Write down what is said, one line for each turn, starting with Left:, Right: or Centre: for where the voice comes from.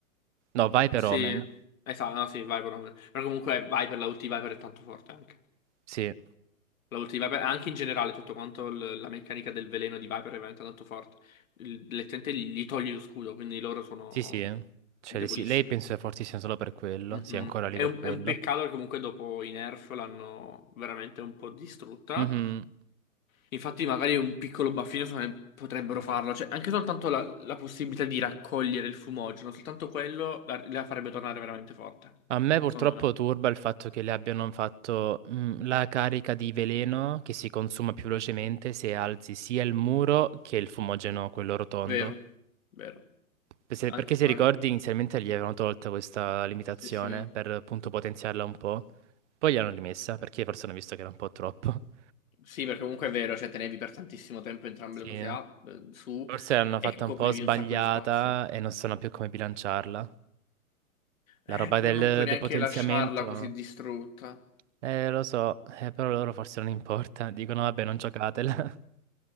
Right: No, Viper
Left: Sì,
Right: Omen.
Left: esatto, no, sì, Viper Omen. Però comunque Viper, la ulti di Viper è tanto forte anche.
Right: Sì.
Left: La ulti di Viper, anche in generale tutto quanto l- la meccanica del veleno di Viper è veramente tanto forte. Il- Letteralmente gli togli lo scudo, quindi loro sono
Right: Sì, sì, eh. Cioè,
Left: debolissimi.
Right: sì, lei penso sia fortissima solo per quello,
Left: Mhm.
Right: sia ancora lì
Left: È
Right: per
Left: un,
Right: quello.
Left: è un peccato che comunque dopo i nerf l'hanno veramente un po' distrutta.
Right: Mhm.
Left: Infatti, magari un piccolo baffino secondo me, potrebbero farlo. Cioè, anche soltanto la, la possibilità di raccogliere il fumogeno, soltanto quello la, la farebbe tornare veramente forte.
Right: A me purtroppo
Left: Secondo me.
Right: turba il fatto che le abbiano fatto mm, la carica di veleno che si consuma più velocemente se alzi sia il muro che il fumogeno, quello rotondo.
Left: Vero, vero.
Right: Per se-
Left: Anche
Right: Perché se
Left: quello.
Right: ricordi inizialmente gli avevano tolta questa limitazione
Left: Sì, sì.
Right: per appunto potenziarla un po', poi gliel'hanno rimessa perché forse hanno visto che era un po' troppo. <laughs>
Left: Sì, perché comunque è vero, cioè tenevi per tantissimo tempo entrambe
Right: Sì,
Left: le cose
Right: eh.
Left: up, eh, su
Right: forse l'hanno
Left: e
Right: fatta
Left: coprivi
Right: un po' sbagliata
Left: un sacco di spazio.
Right: e non sanno più come bilanciarla. La
Left: Eh,
Right: roba
Left: però
Right: del
Left: non puoi neanche
Right: depotenziamento?
Left: lasciarla così distrutta.
Right: Eh, lo so, eh, però loro forse non importa. <laughs> Dicono, vabbè, non giocatela. <laughs>